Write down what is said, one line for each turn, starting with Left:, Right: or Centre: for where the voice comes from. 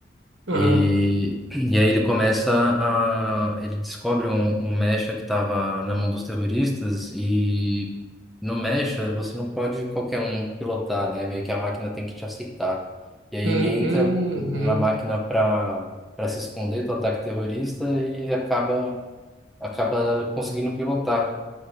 Right: Aham.
Centre: E, e aí ele começa a. Ele descobre um, um mecha que estava na mão dos terroristas, e no mecha você não pode qualquer um pilotar, né? Meio que a máquina tem que te aceitar. E aí
Right: Uhum.
Centre: ele entra
Right: Uhum.
Centre: na
Right: Uhum.
Centre: máquina para para se esconder do ataque terrorista e acaba, acaba conseguindo pilotar.